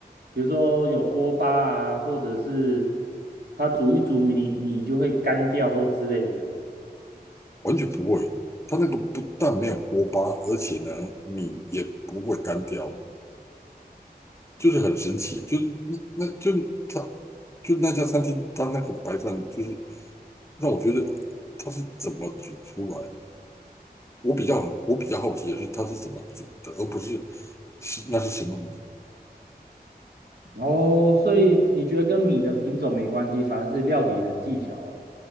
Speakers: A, on the right; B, on the left.
A: 比如说有锅巴啊，或者是它煮一煮米米就会干掉或之类的。
B: 完全不会。它那个不但没有锅巴，而且呢米也不会干掉，就是很神奇。就是那那就是它就那家餐厅，它那个白饭就是让我觉得它是怎么煮出来的。我比较我比较好奇的是它是怎么煮的，而不是是那是什么
A: 哦，所以你觉得跟米的品种没关系，反而是料理的技巧了。